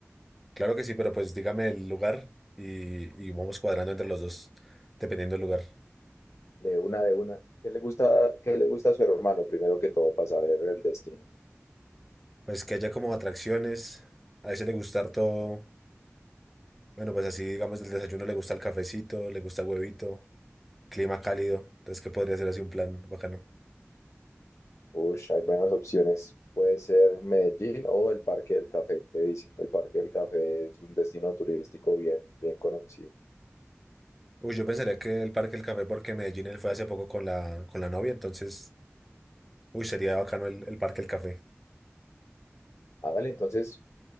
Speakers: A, in the centre; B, on the left.
A: Claro que sí, pero pues dígame el lugar y, y vamos cuadrando entre los dos, dependiendo del lugar.
B: de una de una. ¿Qué le gusta, qué le gusta a su hermano primero que todo para saber el destino?
A: pues que haya como atracciones. A ese le gusta harto, bueno, pues así digamos del desayuno le gusta el cafecito, le gusta el huevito, clima cálido. Entonces, que podría ser así un plan bacano?
B: Ush, hay buenas opciones. Puede ser Medellín o el Parque del Café. ¿Qué dice? El Parque del Café es un destino turístico bien, bien conocido.
A: Uy, yo pensaría que el Parque del Café, porque Medellín él fue hace poco con la, con la novia, entonces, uy, sería bacano el, el Parque del Café.
B: Hágale entonces,